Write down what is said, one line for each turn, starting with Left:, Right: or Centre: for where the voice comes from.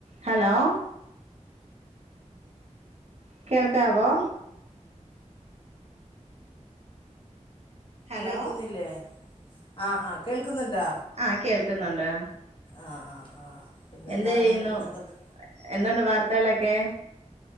Right: hello കേൾക്കാവോ hello
Left: കേൾക്ക്ന്നില്ലേ ആഹ് ആഹ് കേൾക്ക്‌ന്ന്ണ്ടോ
Right: ആ കേൾക്ക്ന്ന്ണ്ട്
Left: ആഹ് ആഹ് ആഹ് പിന്നെന്താണ്
Right: എന്ത് ചെയ്യുന്നു
Left: പിന്നെന്തൊക്കെ
Right: എന്തുണ്ട് വാർത്തകളൊക്കെ